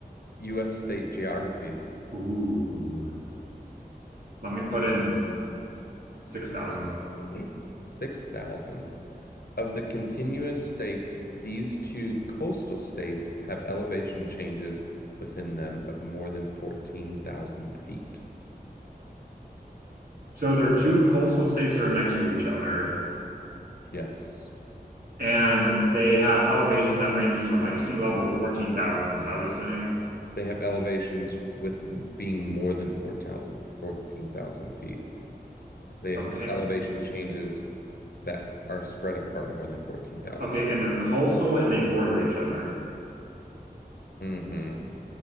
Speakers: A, on the left (about 70°); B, on the right (about 60°).
A: US state geography.
B: Ooh. Let me put in 6,000.
A: <clears throat> 6,000. Of the continuous states, these two coastal states have elevation changes within them of more than 14,000 feet.
B: So there are two coastal states that are next to each other,
A: Yes.
B: and they have elevation that ranges from like sea level to 14,000. Is that what it's saying?
A: They have elevations with being more than 14,000 feet. They have
B: Okay.
A: elevation changes that are spread apart more than 14,000
B: Okay,
A: feet.
B: and they're coastal and they border each other.
A: Mm-hmm.